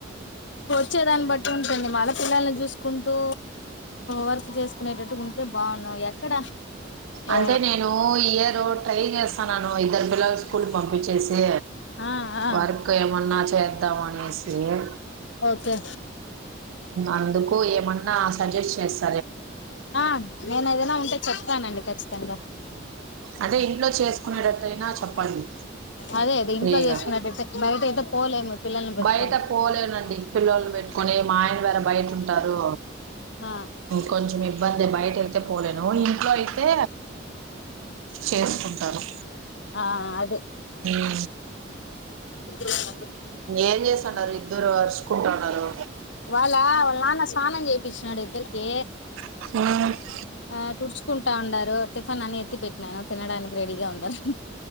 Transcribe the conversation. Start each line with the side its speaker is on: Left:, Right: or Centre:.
Left: వచ్చే దాన్ని బట్టి ఉంటుంది మళ పిల్లల్ని చూసుకుంటూ వర్క్ చేసుకునేటట్టు ఉంటే బావున్నవ్ ఎక్కడ ఓ
Right: అంటే నేను ఇయ ర ట్రై జేస్తన్నాను ఇద్దరు పిల్లలు స్కూల్కి పంపించేసి
Left: ఆ ఆ
Right: వరక ఏమన్నా పె దావానిశ్ర
Left: ఓకే
Right: అందుకు ఏమన్నా సజెస్ట్ చేస్త
Left: ఆ నేనుదేనా ఉంటే చెప్తానండి ఖచ్చిత ంగ
Right: అదే ఇంట్లో చేసుకునేటట్టయినా చెప్పండి
Left: అదే దీంట్లో
Right: ఫ్రీగా
Left: చేసుకున్నటైతే బయట అయితే పోలేము పిల్లల్ని పెట్టుకొని
Right: బయట పోలేనండి పిల్లొలని పెట్టుకొని మా ఆయన వేరే బయట ఉంటారు.
Left: ఆ
Right: కొంచం ఇబ్బందే బయట తే పోలేను ఇం ఇంట్లో అయితే చేసుకుంటాను
Left: ఆ అదే
Right: ఊ
Left: <inaudible>
Right: ఏం చేస్తుడారు ఇద్దరు అరుచుకుంటన్నారు?
Left: వాళ్ళ వల్ల నాన్న స్నానం చేపించినాడు ఇద్దరికి.
Right: <inaudible>
Left: ఆ తుడుచుకుంటా ఉండారు. రు టిఫిన్ అన్ని ఎత్తి పెట్టినాను తినడానికి రెడీగా ఉండారు.